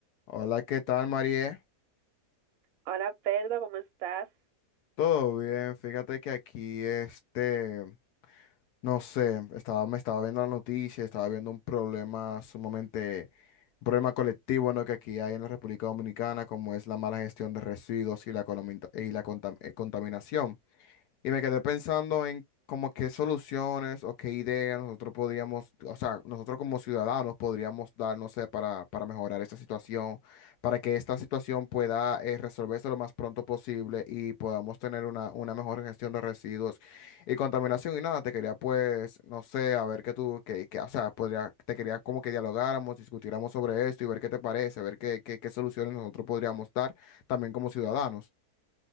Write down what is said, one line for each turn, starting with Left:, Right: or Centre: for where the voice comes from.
Left: Hola, ¿qué tal, María?
Right: Hola, Pedro, ¿cómo estás?
Left: Todo bien, fíjate que aquí, este, no sé, estaba, me estaba viendo la noticia, estaba viendo un problema sumamente, un problema colectivo, ¿no? Que aquí hay en la República Dominicana, como es la mala gestión de residuos y la, colomita- y la contam- eh, contaminación. Y me quedé pensando en como qué soluciones o qué ideas nosotros podríamos, o sea, nosotros como ciudadanos podríamos dar, no sé, para, para mejorar esta situación, para que esta situación pueda eh, resolverse lo más pronto posible y podamos tener una, una mejor gestión de residuos y contaminación. Y nada, te quería pues, no sé, a ver qué tú, que, que, o sea, podría, te quería como que dialogáramos, discutiéramos sobre esto y ver qué te parece, ver qué, qué, qué soluciones nosotros podríamos dar también como ciudadanos.